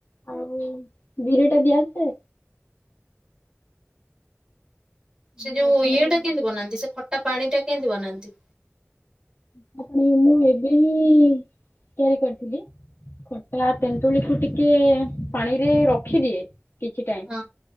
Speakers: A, on the left (about 55°); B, on the right (about 20°).
A: ଆଉ ବିରିଟା ଦିଆଯାଏ। ଆମ
B: ସେ ଯୋଉ
A: ଏଠି
B: ଇଏ ଟା କିନ୍ଦି ବନାନ୍ତି ସେ ଖଟା ପାଣି ଟା କିନ୍ଦି ବନାନ୍ତି?
A: ଆ ମୁଁ ମୁଁ ଏବେ ହିଁ ତିଆରି କରିଥିଲି। <unintelligible> ହେଲା ତେନ୍ତୁଳିକୁ ଟିକେ ପାଣିରେ ରଖିଦିଏ କିଛି ଟାଇମ।
B: ହଁ